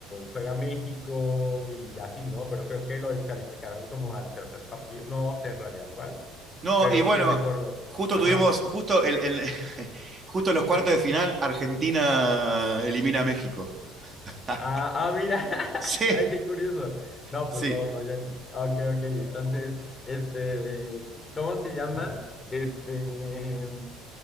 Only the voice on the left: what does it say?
juega México y así, ¿no? Pero creo que lo descalificaron como al tercer partido. No sé en realidad cuál,
pero
sí recuerdo.
Ajá.
Ah, ah, mira. <laughs>
Ay, qué curioso. No,
pues no, no, yo. Ok, ok. Entonces, este, ¿cómo se llama? Este.